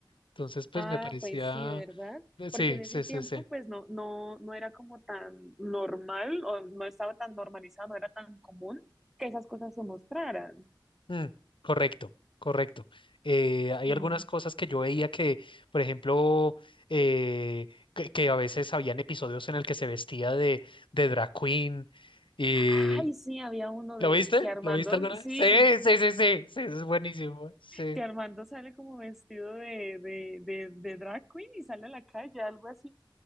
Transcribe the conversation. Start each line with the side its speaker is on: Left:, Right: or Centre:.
Left: Entonces, pues
Centre: Ah,
Left: me parecía,
Centre: pues sí, ¿verdad?
Left: eh, sí,
Centre: Porque en ese
Left: sí, sí,
Centre: tiempo,
Left: sí.
Centre: pues no, no, no era como tan normal o no estaba tan normalizado, no era tan común que esas cosas se mostraran.
Left: Mm, correcto, correcto. Eh, hay
Centre: Sí.
Left: algunas cosas que yo veía que, por ejemplo, eh, que, que a veces habían episodios en el que se vestía de, de drag queen y...
Centre: Ay, sí, había uno de
Left: ¿Lo viste?
Centre: que Armando,
Left: ¿Lo viste alguna
Centre: sí,
Left: vez? Sí, sí, sí, sí, sí, eso es buenísimo. Sí,
Centre: que Armando sale como vestido de, de, de, de drag queen y sale a la calle, algo así.